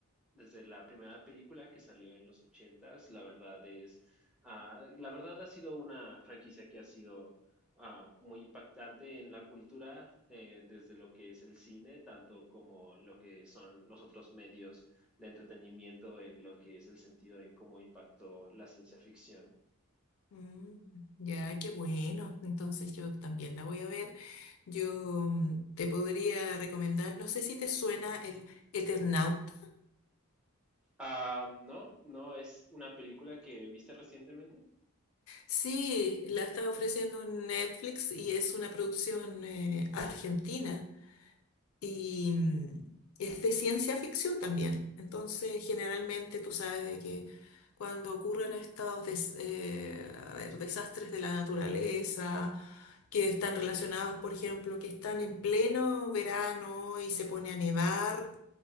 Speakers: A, in the centre; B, on the left.
A: desde la primera película que salió en los ochentas, la verdad es, ah, la verdad ha sido una franquicia que ha sido ah, muy impactante en la cultura, eh, desde lo que es el cine, tanto como lo que son los otros medios de entretenimiento, en lo que es el sentido en cómo impactó la ciencia ficción.
B: Mm, ya, qué bueno. Entonces yo también la voy a ver. Yo mm, te podría recomendar, no sé si te suena el Eternauta.
A: Ah, no, no, es una película que viste recientemente.
B: Sí, la está ofreciendo Netflix y es una producción eh, argentina. Y mm, es de ciencia ficción también. Entonces, generalmente tú sabes de que cuando ocurren estos des- eh, a ver, desastres de la naturaleza, que están relacionados, por ejemplo, que están en pleno verano y se pone a nevar